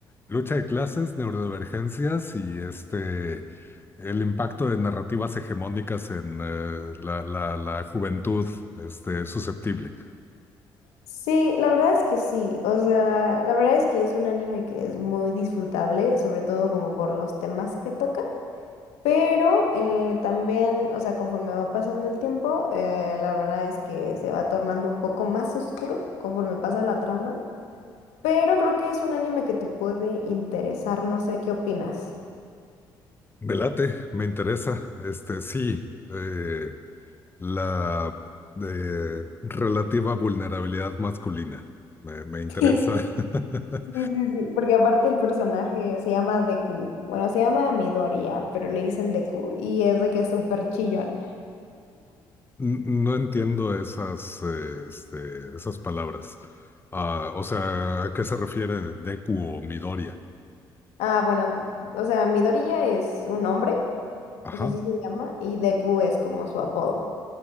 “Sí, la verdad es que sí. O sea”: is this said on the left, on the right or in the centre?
Left